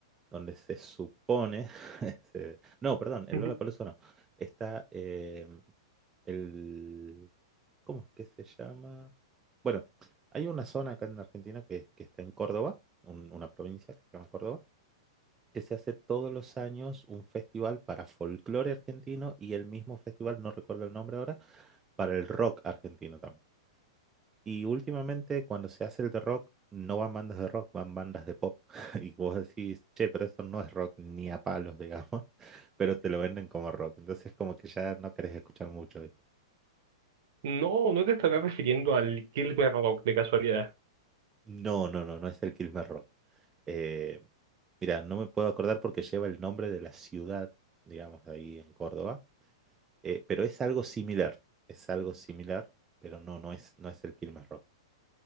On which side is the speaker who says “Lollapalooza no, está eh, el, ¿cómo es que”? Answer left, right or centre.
Right